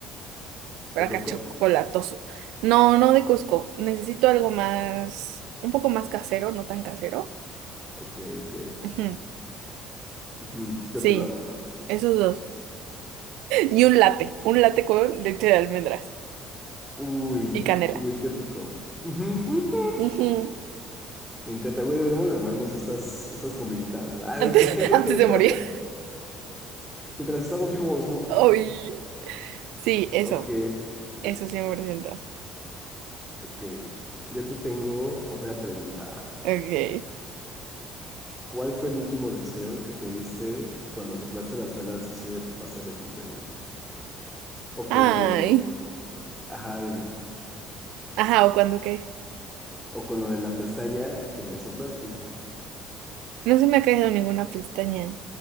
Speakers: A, on the right; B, in the centre.
A: pero
B: ¿De
A: acá
B: Costco?
A: chocolatoso. No, no de Cusco. Necesito algo más, un poco más casero, no tan casero.
B: Ok, ok.
A: Ujú,
B: Ujú, yo
A: Sí,
B: te lo hago.
A: esos dos. Y un latte, un latte con leche de almendras
B: Uy,
A: y canela.
B: uy, qué rico. Ujú, ujú.
A: Ujú,
B: Me encanta, güey, deberíamos armarnos estas, estas comiditas, ¿no? Ah,
A: Antes,
B: ¿de qué?
A: <laughs> antes de
B: <laughs>
A: morir.
B: Mientras estamos vivos, ¿no?
A: Ay, sí, eso,
B: Ok,
A: eso cien por ciento
B: ok. Yo te tengo otra pregunta.
A: Ok.
B: ¿Cuál fue el último deseo que pediste cuando soplaste las velas así de tu pastel de cumpleaños? O
A: Ay.
B: cuando, ajá, dime.
A: Ajá, ¿o cuando qué?
B: O con lo de la pestaña que le soplas así. uf,
A: No se me ha caído ninguna pestaña.